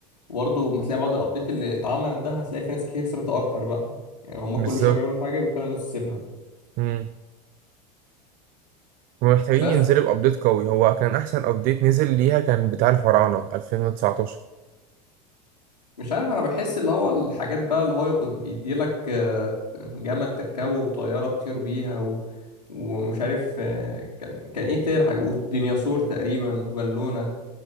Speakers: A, on the left (about 85°); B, on the right (about 40°).
A: وبرضه لما تلاقي بعض الابديت اللي اتعملت ده هتلاقي في ناس كتير سابتها اكتر بقى يعني هم
B: بالظبط
A: كل شويه بيعملوا حاجه بيخلوا الناس تسيبها
B: مم. هما محتاجين
A: بس
B: ينزلوا بأبديت قوي هو كان أحسن أبديت نزل ليها كان بتاع الفراعنة 2019
A: مش عارف انا بحس اللي هو الحاجات بقى اللي هو يقول- يديلك آه، جمل تركبه وطياره تطير بيها و... ومش عارف آه، كان كان ايه تاني حاجه وديناصور تقريبا وبالونه